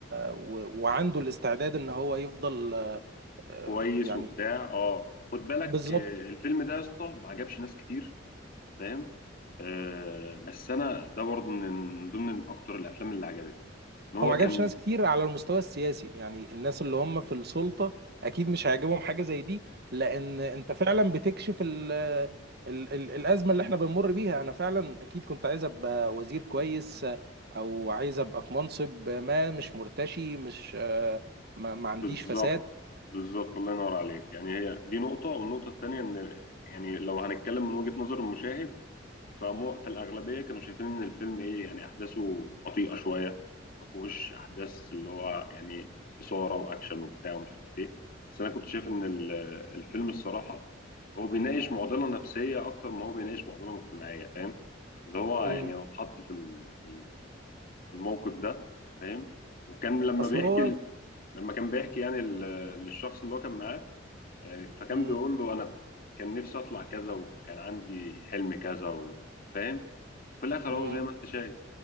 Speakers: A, on the right (about 55°); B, on the left (about 50°).
A: و... وعنده الاستعداد ان هو يفضل آه،
B: كويس
A: يعني
B: وبتاع آه خد بالك
A: بالظبط
B: آه، الفيلم ده يا اسطى ما عجبش ناس كتير فاهم؟ آه بس أنا ده برضه من ضمن من أكتر الأفلام اللي عجبتني إن هو
A: هو ما عجبش
B: كان
A: ناس كتير على المستوى السياسي يعني الناس اللي هم في السلطة أكيد مش هيعجبهم حاجة زي دي لأن أنت فعلا بتكشف ال ال ال الأزمة اللي احنا بنمر بيها أنا فعلا أكيد كنت عايز أبقى وزير كويس أو عايز أبقى في منصب ما مش مرتشي مش آه، ما, ما عنديش
B: بالظبط
A: فساد
B: بالظبط الله ينور عليك يعني هي دي نقطة والنقطة التانية إن يعني لو هنتكلم من وجهة نظر المشاهد فمو في الأغلبية كانوا شايفين إن الفيلم إيه يعني أحداثه بطيئة شوية ما فيهوش أحداث اللي هو يعني إثارة وأكشن وبتاع ومش عارف إيه بس أنا كنت شايف إن ال- الفيلم الصراحة هو بيناقش معضلة نفسية أكتر ما هو بيناقش معضلة مجتمعية فاهم اللي هو
A: مم.
B: يعني لو اتحط في ال- ال- في الموقف ده فاهم وكان لما
A: أصل
B: بيحكي
A: هو
B: لما كان بيحكي يعني ال- للشخص اللي هو كان معاه آه، فكان
A: مم.
B: بيقول له انا كان نفسي اطلع كذا وكان عندي حلم كذا و- فاهم في الاخر
A: مم.
B: هو زي ما انت شايف